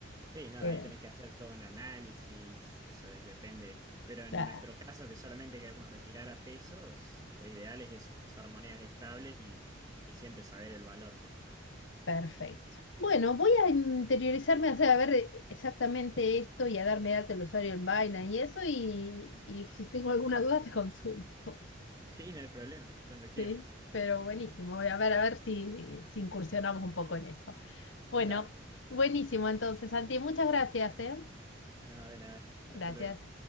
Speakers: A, on the right; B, on the left.
A: Sí, no,
B: eh,
A: ahí tenés que hacer todo un análisis, eso es, depende. Pero en
B: la-
A: nuestro caso, que solamente queremos retirar a pesos, lo ideal es eso, usar monedas estables y, y siempre saber el valor, ¿no? <laughs>
B: Perfecto. Bueno, voy a interiorizarme, a hacer a ver eh, exactamente esto y a darme data del usuario en Binance y eso, y, y si tengo alguna duda te consulto. <laughs>
A: Sí, no hay problema, cuando quieras.
B: Sí, pero buenísimo. Voy a ver a ver si, si incursionamos un poco en eso. Bueno,
A: Dale,
B: buenísimo entonces, Santi. Muchas gracias, ¿eh?
A: nada de nada.
B: Gracias.
A: Hasta luego.